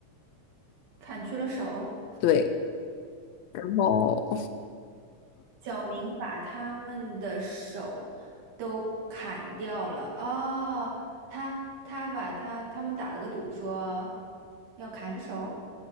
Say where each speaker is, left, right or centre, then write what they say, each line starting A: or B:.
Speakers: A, on the right; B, on the left.
A: 砍去了手。
B: 对，然后
A: 小明把他们的手都砍掉了。哦，他他把他他们打了个赌，说要砍手，